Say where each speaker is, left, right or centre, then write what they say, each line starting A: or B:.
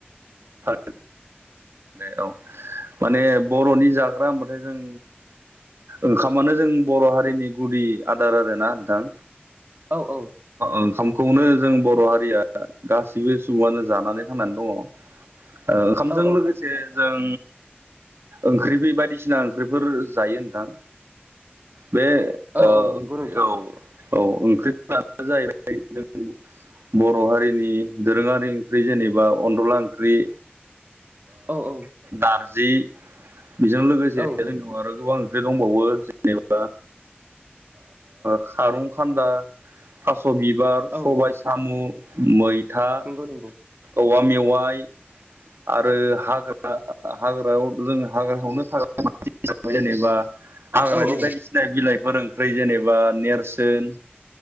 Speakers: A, on the right; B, on the right.
A: औ दे औ माने। बर'नि जाग्रा होनबाथाय जों ओंखामानो जों बर' हारिनि गुदि आदार आरो। ना नोंथां
B: औ औ
A: ओंखाम। खौनो जों बर' हारिया गासिबो सुबुङानो जानानै थांनानै दङ। ओंखामजों
B: औ
A: लोगोसे जों ओंख्रि बायदिसिना ओंख्रिफोर जायो नोंथां। बे
B: औ
A: ओंख्रि
B: औ नंगौ नोंथां
A: औ औ ओंख्रिफ्रानो जाहैबाय जों बर' हारिनि दोरोङारि ओंख्रि जेनेबा अनदला ओंख्रि।
B: औ औ
A: नारजि बेजों लोगोसे
B: औ
A: जोंनियाव आरो गोबां दंबावो जेनेबा खारंखान्दा था थास'बिबार
B: औ
A: सबाइ साम' मैथा
B: नंगौ नंगौ
A: औवा मेवाइ आरो हाग्रा हाग्रायाव जों हाग्रायावनो <unintelligible>
B: औ औ
A: ओमफ्राय जेनेबा नेरसोन